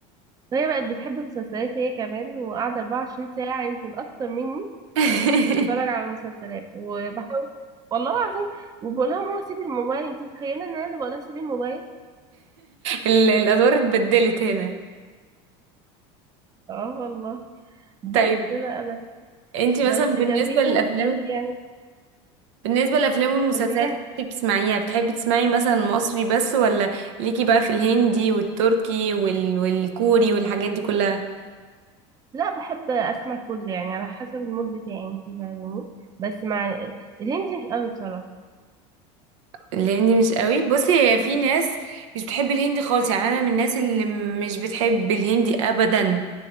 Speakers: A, on the right; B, on the right.
A: فهي بقت بتحب المسلسلات هي كمان وقاعدة 24 ساعة يمكن اكتر مني
B: <laughs>
A: تتفرج على المسلسلات وبحاول والله العظيم وبقولها ماما سيبي الموبايل انت متخيلة ان انا اللي بقولها سيبي الموبايل
B: ال- الادوار اتبدلت هنا
A: اه والله بس
B: طيب
A: بقى بس,
B: انتي
A: بس
B: مثلا بالنسبه
A: كان في فيلم
B: للافلام
A: حلو يعني
B: بالنسبة للأفلام والمسلسلات
A: كان في حلم
B: اللي انتي بتسمعيها بتحبي تسمعي مثلا مصري بس ولا ليكي بقى في الهندي والتركي وال... والكوري والحاجات دي كلها
A: لا بحب اسمع كله يعني على حسب المود بتاعي انت فاهماني بس مع الهندي مش قوي بصراحة
B: الهندي مش قوي بصي هي في ناس مش بتحب الهندي خالص يعني انا من الناس اللي مش بتحب الهندي ابدا